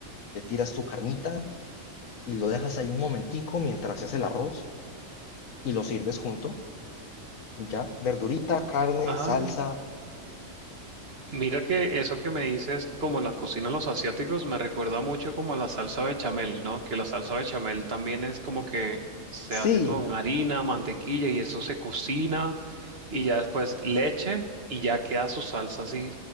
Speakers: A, on the left (about 75°); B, on the right (about 50°).
A: le tiras tu carnita y lo dejas ahí un momentico mientras se hace el arroz y lo sirves junto. Ya, verdurita, carne,
B: ah
A: salsa.
B: Mira que eso que me dices, como la cocina de los asiáticos, me recuerda mucho como a la salsa bechamel, ¿no? Que la salsa bechamel también es como que se hace
A: Sí,
B: con harina, mantequilla y eso se cocina y ya después leche y ya queda su salsa así.